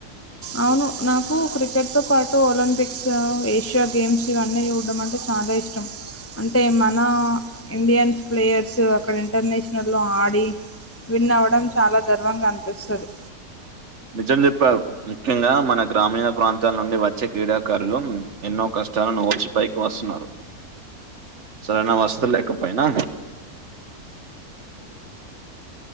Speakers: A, on the left (about 15°); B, on the right (about 50°).
A: అవును నాకు క్రికెట్‌తో పాటు ఒలింపిక్స్ ఏషియా గేమ్స్ ఇవన్నీ చూడం అంటే చాలా ఇష్టం అంటే మన ఇండియన్స్ ప్లేయర్స్ అక్కడ ఇంటర్నేషనల్లో ఆడి విన్ అవ్వడం చాలా గర్వంగా అనిపిస్తాది
B: నిజం చెప్పవ్ ముఖ్యంగా మన గ్రామీణ ప్రాంతాల నుండి వచ్చే క్రీడాకారులు ఎన్నో కష్టాలను మోచి పైకి వస్తున్నారు సరైన వసతులు లేకపోయినా